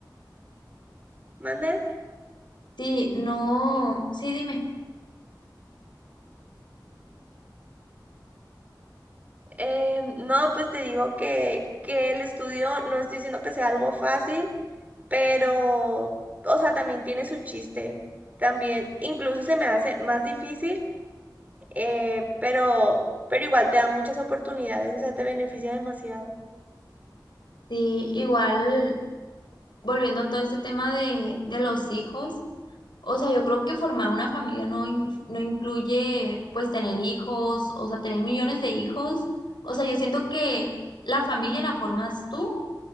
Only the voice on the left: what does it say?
sí, no, sí, dime,
sí, igual volviendo a todo este tema de, de los hijos. O sea, yo creo que formar una familia no, in- no incluye pues tener hijos, o sea, tener millones de hijos. O sea, yo siento que la familia la formas tú